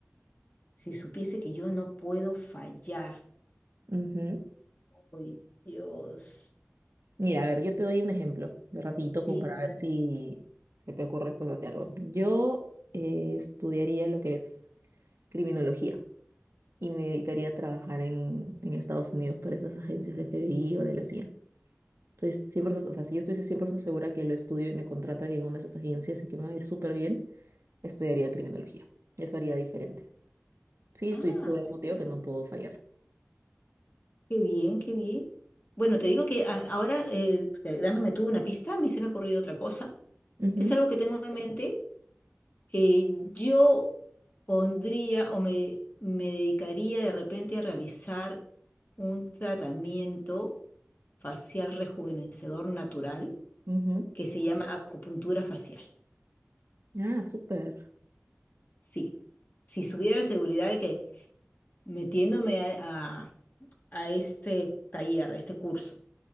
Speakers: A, on the left; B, on the right.
A: Si supiese que yo no puedo fallar.
B: Ujú.
A: Uy, Dios.
B: Mira, a ver, yo te doy un ejemplo de rapidito
A: Sí,
B: como para
A: A
B: ver
A: ver.
B: si se te ocurre después de algo. Yo eh, estudiaría lo que es criminología y me dedicaría a trabajar en, en Estados Unidos para esas agencias de FBI o de la CIA. Entonces, siempre, o sea, si yo estuviese 100% segura que lo estudio y me contratan en una de esas agencias y que me va a ir súper bien, estudiaría criminología. Eso haría diferente. Sí,
A: Ah,
B: estuviese segura como te
A: Nola.
B: digo que no puedo fallar.
A: qué bien, qué bien. Bueno, te digo que a- ahora, eh, dándome tú una pista, a mí se me ha ocurrido otra cosa.
B: Ujú,
A: Es algo que tengo en mente. Eh, yo pondría o me, me dedicaría de repente a realizar un tratamiento facial rejuvenecedor natural
B: ujú.
A: que se llama acupuntura facial.
B: Ah, súper.
A: Sí, si supiera la seguridad de que metiéndome a, a este taller, a este curso,